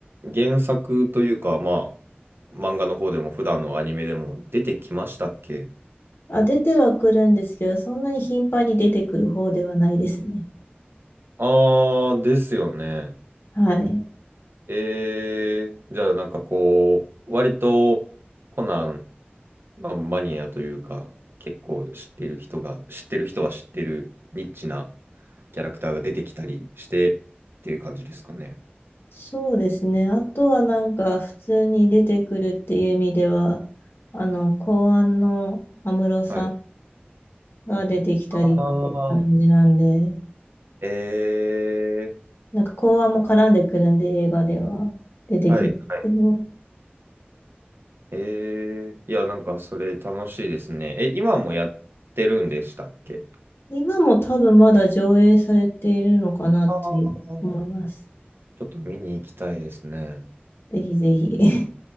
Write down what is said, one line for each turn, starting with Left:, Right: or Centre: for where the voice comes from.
Right: 原作というか、まあ、漫画の方でも普段のアニメでも出てきましたっけ
Left: あ、出てはくるんですけど、そんなに頻繁に出てくる方ではないですね。
Right: あー、ですよね。
Left: はい。
Right: えー、じゃあなんかこう、割とコナン、まあマニアというか、結構知ってる人が、知ってる人は知ってるニッチなキャラクターが出てきたりしてっていう感じですかね。
Left: そうですね。あとはなんか、普通に出てくるっていう意味では、あの、公安の安室さん
Right: はい。
Left: が出てきたりっていう感じなんで、
Right: ああ、え
Left: なんか公安も絡んでくるんで、映画では出てきますけど。
Right: ー、はい、はい。えー、いや、なんかそれ楽しいですね。え、今もやってるんでしたっけ
Left: 今も多分まだ上映されているのかなって思います。
Right: あーちょっと見に行きたいですね。
Left: ぜひぜひ。<laughs>